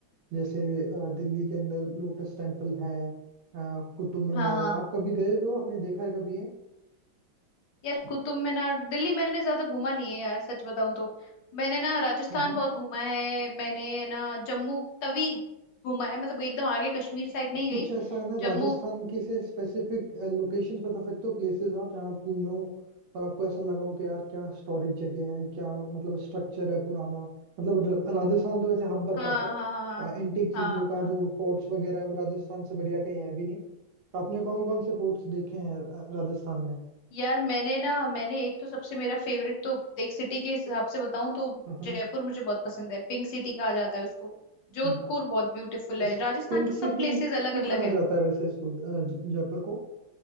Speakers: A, on the right (about 80°); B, on the left (about 65°).
A: जैसे अ, दिल्ली के अंदर लोटस टेम्पल है अ, कुतुब मीनार
B: हाँ हाँ
A: है आप कभी गए हुए हो आपने देखा है कभी ये
B: यार कुतुब मीनार दिल्ली मैंने ज्यादा घूमा नहीं है यार सच बताऊं तो मैंने ना राजस्थान
A: हम्म
B: बहुत घूमा है मैंने ना जम्मू तवी घूमा है मतलब एकदम आगे कश्मीर साइड नहीं
A: कुछ
B: गई
A: ऐसा है ना
B: जम्मू
A: राजस्थान की से स्पेसिफिक लोकेशंस बता सकते हो प्लेसेस आप जहाँ आप घूमे हो और आपको ऐसा लगा हो कि यार क्या हिस्टोरिक जगह है क्या मतलब स्ट्रक्चर है पुराना मतलब र- राजस्थान तो वैसे हब बताते
B: हाँ
A: हैं
B: हाँ
A: एंटिक चीजों
B: हाँ
A: का
B: हाँ
A: जो फोर्ट्स वगैरह है वो राजस्थान से बढ़िया कहीं है भी नहीं तो आपने कौन कौन से फोर्ट्स देखे हैं अ, राजस्थान में
B: यार मैंने ना मैंने एक तो सबसे मेरा फेवरेट तो एक सिटी के हिसाब से बताऊं तो
A: हम्म
B: जयपुर मुझे बहुत पसंद है पिंक सिटी कहा जाता है उसको जोधपुर
A: ब-
B: बहुत ब्यूटीफुल
A: इसको
B: है राजस्थान
A: पिंक
B: के
A: सिटी
B: सब प्लेसेस
A: क्यों
B: अलग अलग
A: कहा
B: है
A: जाता है वैसे इसको अ, ज- जयपुर को